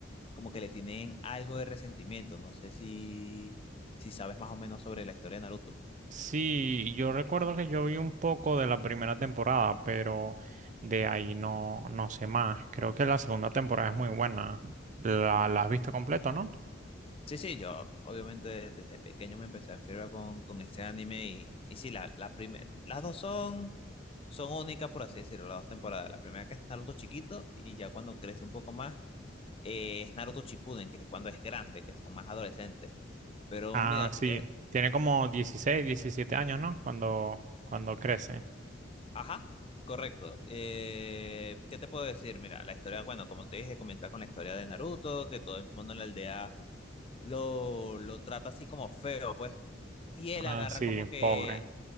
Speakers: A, on the left (about 30°); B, on the right (about 40°).
A: como que le tienen algo de resentimiento. No sé si, si sabes más o menos sobre la historia de Naruto.
B: Sí, yo recuerdo que yo vi un poco de la primera temporada, pero de ahí no, no sé más. Creo que la segunda temporada es muy buena. La, la has visto completo, ¿no?
A: Sí, sí, yo obviamente desde pequeño me empecé a enfermar con, con este anime y, y sí, la, la primer- las dos son, son únicas, por así decirlo, las dos temporadas. La primera que es Naruto chiquito y ya cuando crece un poco más eh, es Naruto Shippuden, que es cuando es grande, que son más adolescentes. Pero
B: Ah,
A: mira, así
B: sí.
A: que,
B: Tiene como 16, 17 años, ¿no? Cuando, cuando crece.
A: ajá, correcto. Eh, ¿qué te puedo decir? Mira, la historia, bueno, como te dije, comienza con la historia de Naruto, que todo el mundo en la aldea lo, lo trata así como feo, pues. Y él
B: Ah,
A: agarra
B: sí,
A: como que
B: pobre.